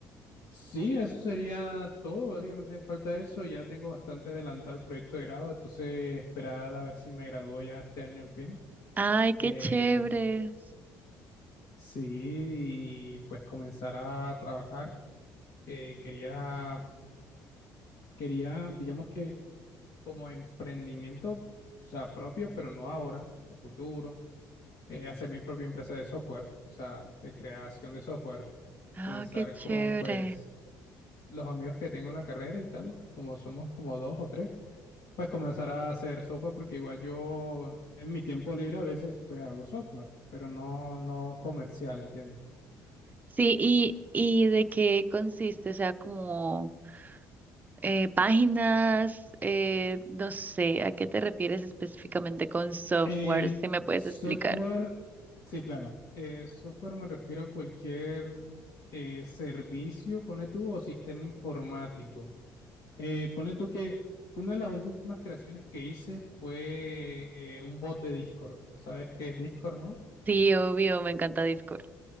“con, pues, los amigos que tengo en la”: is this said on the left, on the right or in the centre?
Left